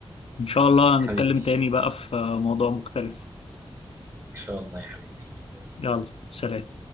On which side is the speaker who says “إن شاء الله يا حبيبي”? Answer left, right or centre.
Right